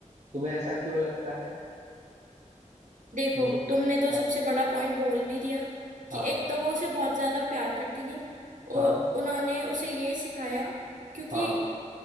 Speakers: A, on the right (about 60°); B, on the right (about 75°).
A: तुम्हें ऐसा क्यों लगता है
B: देखो
A: बोलो बोलो
B: तुमने तो
A: हाँ
B: सबसे बड़ा पॉइंट बोल ही दिया
A: हाँ
B: कि एक
A: हाँ
B: तो वो उसे बहुत ज्यादा प्यार करती थी ओ,
A: हाँ
B: उन्होंने उसे ये सिखाया क्योंकि
A: हाँ